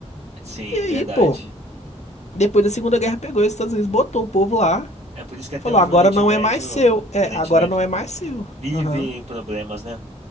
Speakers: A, on the right (about 70°); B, on the left (about 75°).
A: Sim,
B: E aí,
A: verdade.
B: pô, depois da Segunda Guerra pegou os Estados Unidos, botou o povo lá,
A: É por isso que até
B: falou:
A: hoje
B: agora
A: o Oriente
B: não
A: Médio,
B: é mais seu. É,
A: o Oriente
B: agora
A: Médio
B: não é mais seu.
A: vive
B: Aham.
A: em problemas, né?